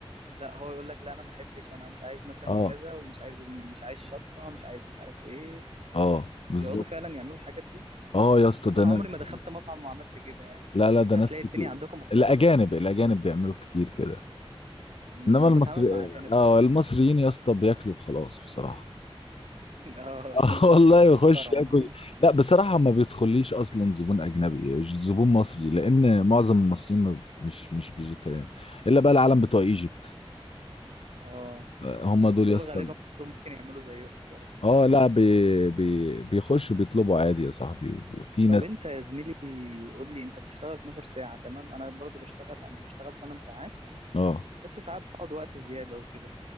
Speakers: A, on the right; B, on the left.
A: لا هو يقول لك لا انا ما احبش انا مش عايز مثلا
B: اه
A: كذا ومش عايز مش عايز شطه مش عايز مش عارف ايه
B: اه بالظبط
A: بيقعدوا فعلا يعملوا الحاجات دي
B: اه يا اسطى
A: اصل
B: ده
A: انا
B: انا
A: عمري
B: ده
A: ما دخلت مطعم وعملت كده يعني
B: لا لا
A: بس
B: ده
A: هتلاقي
B: ناس كتير
A: الدنيا عندكم مختلفه
B: الاجانب الاجانب بيعملوا كتير كده
A: أمم،
B: انما
A: ما انا
B: المصري
A: بتعامل مع اجانب
B: اه
A: برضه
B: المصريين يا اسطى بياكلوا خلاص بصراحه
A: <laughs> اه
B: اه <laughs> والله
A: ناس
B: يخش
A: محترمه
B: ياكل لا بصراحه ما بيدخليش اصلا زبون اجنبي زبون مصري لان معظم المصريين ما- مش مش فيجيتarian الا بقى العالم بتوع ايجيبت
A: <laughs> اه
B: آه، هم دول
A: ودول
B: يا اسطى
A: غالبا برضه ممكن يعملوا زيهم برضه
B: اه
A: <laughs>
B: لا بي بي بيخشوا بيطلبوا عادي يا صاحبي وب- في
A: طب
B: ناس
A: انت يا زميلي قول لي انت بتشتغل 12 ساعه تمام انا برضه بشتغل انا بشتغل 8 ساعات
B: اه
A: بس ساعات بقعد وقت زيادة وكده